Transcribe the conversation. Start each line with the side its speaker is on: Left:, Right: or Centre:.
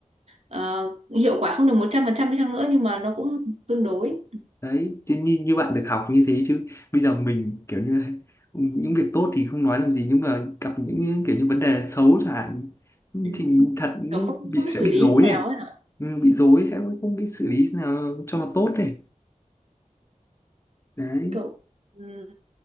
Right: ờ, hiệu quả không được một trăm phần trăm đi chăng nữa nhưng mà nó cũng tương đối
Left: đấy chứ như, như bạn được học như thế chứ bây giờ mình kiểu như những việc tốt thì không nói làm gì nhưng mà gặp những kiểu như vấn đề xấu chẳng hạn
Right: ừ.
Left: thì thật
Right: kiểu không
Left: bị
Right: không biết
Left: sẽ
Right: xử
Left: bị
Right: lý
Left: rối
Right: như nào
Left: ấy
Right: ấy hả
Left: ừ, bị rối sẽ không biết xử lý nào cho nó tốt này đấy
Right: kiểu ừm,